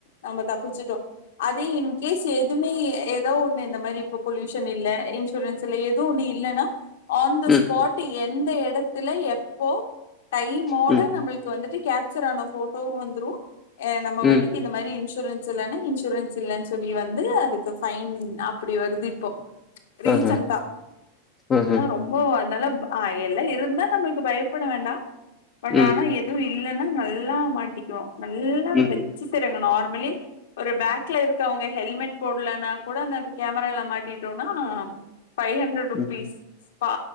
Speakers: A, on the left; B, on the left.
A: நம்ம தப்பிச்சுட்டோம் அதே இன்கேஸ் எது எதுவுமே ஏதோ ஒண்ணு இந்த மாரி இப்ப பொல்யூஷன் இல்ல இன்சூரன்ஸ் இல்ல எதோ ஒண்ணு இல்லன்னா ஆன் த
B: ம் ம்
A: ஸ்பாட் எந்த எடத்துல எப்போ டைமோட
B: ம்
A: நம்மளுக்கு வந்துட்டு கேப்சர் ஆன போட்டோ வந்துரும் அ நம்ம
B: ம்
A: வண்டிக்கு இந்த மாதிரி இன்சூரன்ஸ் இல்லனா இன்சூரன்ஸ் இல்லன்னு சொல்லி வந்து அதுக்கு ஃபைன் அப் அப்படி வருது இப்போ ரீசன்டா
B: ஆஹ ஆஹ
A: ஆனா ரொம்ப ப்ப அதனால அ எல்லா இருந்தா நம்மளுக்கு பயப்பட வேண்டாம் பட்
B: ம்
A: ஆனா எதுவும் இல்லன்னா நல்லா மாட்டிக்குவோம் நல்லா
B: ம்
A: வெச்சு செய்றங்க நார்மலி ஒரு பேக்ல இரு அவுங்க ஹெல்மெட் போடலன்னா கூட அந்த கேமரால மாட்டிட்டோம்னா ஃபைவ் ஹண்ட்ரட்
B: ம்
A: ருபீஸ் பா